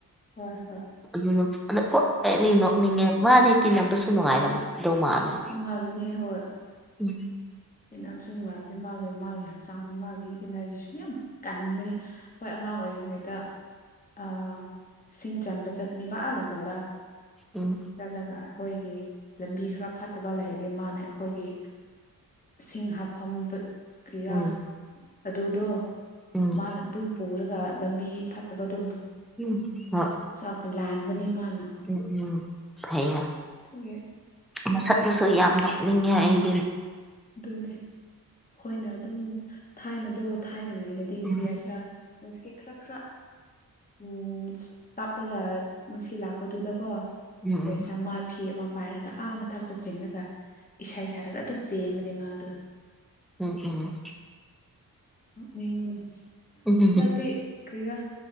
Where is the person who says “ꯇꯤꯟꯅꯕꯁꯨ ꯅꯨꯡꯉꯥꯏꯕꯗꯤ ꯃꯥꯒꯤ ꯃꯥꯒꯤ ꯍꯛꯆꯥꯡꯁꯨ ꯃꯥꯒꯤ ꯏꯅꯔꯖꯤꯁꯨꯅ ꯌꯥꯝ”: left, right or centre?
Left